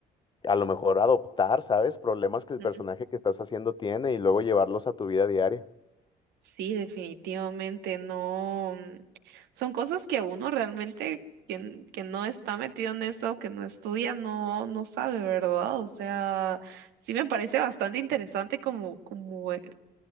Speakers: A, on the left; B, on the right.
A: a lo mejor adoptar, ¿sabes? Problemas que el
B: Ujú.
A: personaje que estás haciendo tiene y luego llevarlos a tu vida diaria.
B: Sí, definitivamente no. mm, Son cosas que uno realmente, quien, que no está metido en eso, que no estudia, no, no sabe, ¿verdad? O sea, sí me parece bastante interesante como, como eh,